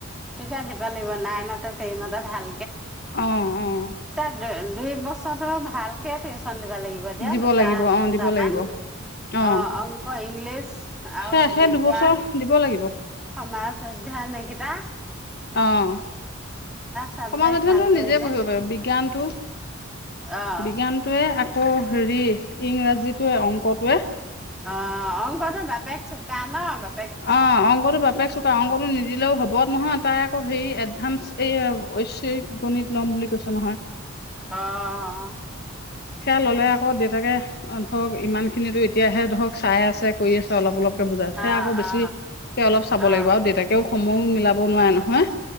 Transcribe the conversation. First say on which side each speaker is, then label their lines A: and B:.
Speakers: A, in the centre; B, on the left (about 50°).
A: তিতা দিব লাগিব, নাইনতে টেইনতে ভাল।
B: অহ', অহ'।
A: দুই বছৰটো ভালকে টিউচন দিবা লাগিব দিয়া,
B: দিব
A: দুটা
B: লাগিব
A: তিনটামান।
B: অ দিব লাগিব অ
A: অহ' অংক, ইংলিছ আৰু
B: সেই সেই
A: বিজ্ঞান।
B: দুবছৰ দিব লাগিব
A: সমাজ অধ্যান নেকিতা
B: অহ'
A: চাবজেক্ট
B: সমাজ অধ্যয়নটো
A: ভাল কৰিলে
B: নিজে পঢ়িব পাৰি বিজ্ঞানতটো।
A: অ'
B: বিজ্ঞানটোৱে আকৌ হেৰি, ইংৰাজীটোৱে অংকটোৱে।
A: অ' অংক তৰ বাপেক চোকা ন বাপে
B: অহ' অংকটো বাপেক চুকা অংকটো নিদিলেও হ'ব নহয় তাই আকৌ হেৰি এডভানস। এইয়া ঐশ্বিক গণিত লম বুলি কৈছে নহয়।
A: অহ'।
B: সেয়া ল'লে আকৌ দেউতাকে ধৰক ইমান খিনো এতিয়াহে ধৰক চাই আছে কৰি আছে। অলপ অলপকে বুজাই, সেয়া
A: অ
B: আকৌ বেছি
A: অ
B: সেই অলপ চাব
A: অ
B: লাগিব, আৰু দেউতাকেও সময়ো মিলাব নোৱাৰে নহয়।